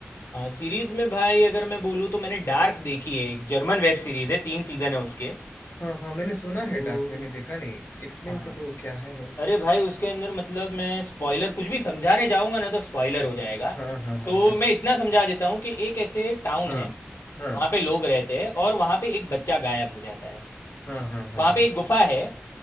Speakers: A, on the left; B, on the left.
A: हाँ सीरीज में भाई अगर मैं बोलूँ तो मैंने डार्क देखी है एक जर्मन वेब सीरीज है तीन सीजन है उसके
B: हाँ हाँ मैंने सुना
A: तो
B: है डार्क मैंने देखा नहीं एक्सप्लेन
A: हाँ
B: कर लो क्या है वो
A: अरे भाई उसके अंदर मतलब मैं स्पॉइलर कुछ भी समझाने जाऊंगा ना तो स्पॉइलर हो जाएगा
B: हाँ हाँ हाँ
A: तो मैं इतना समझा देता हूँ कि एक ऐसे टाउन
B: हाँ
A: है
B: हाँ
A: वहाँ पे लोग रहते हैं और वहाँ पे एक बच्चा गायब हो जाता है
B: हाँ हाँ हाँ हाँ
A: वहाँ
B: हाँ
A: पे एक गुफा है